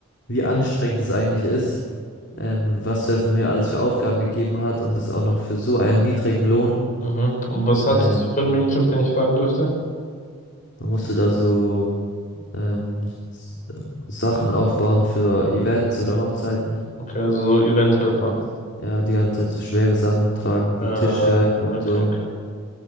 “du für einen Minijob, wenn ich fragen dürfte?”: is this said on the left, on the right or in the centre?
Left